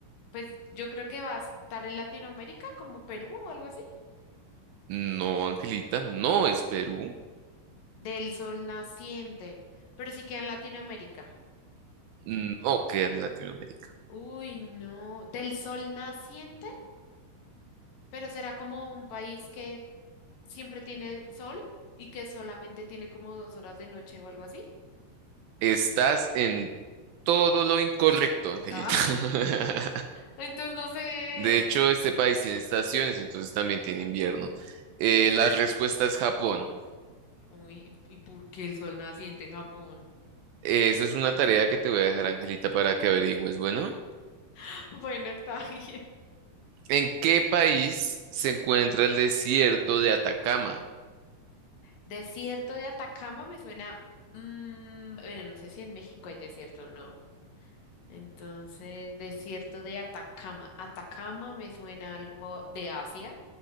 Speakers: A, on the left; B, on the right.
A: pues yo creo que va a estar en Latinoamérica, como Perú o algo así.
B: No, Angelita, no es Perú.
A: Del Sol naciente. Pero sí queda en Latinoamérica.
B: No queda en Latinoamérica.
A: Uy, no. ¿Del Sol naciente? Pero será como un país que siempre tiene sol y que solamente tiene como dos horas de noche o algo así.
B: Estás en todo lo incorrecto, Angelita.
A: Ah, <laughs>
B: <laughs>
A: entonces no sé.
B: De hecho, este país tiene estaciones, entonces también tiene invierno. Eh, la respuesta es Japón.
A: Uy, ¿y por qué el sol naciente en Japón?
B: Esa es una tarea que te voy a dejar, Angelita, para que averigües. Bueno,
A: <laughs> Bueno, está bien.
B: ¿en qué país se encuentra el desierto de Atacama?
A: Desierto de Atacama me suena. mm, bueno, no sé si en México hay desierto o no. Entonces, desierto de Atacama. Atacama me suena algo de Asia,